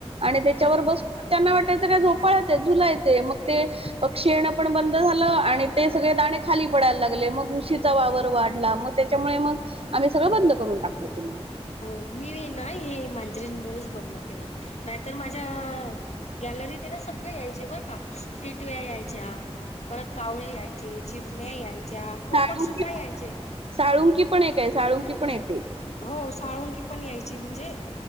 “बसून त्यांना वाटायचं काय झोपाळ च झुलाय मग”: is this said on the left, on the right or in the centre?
Right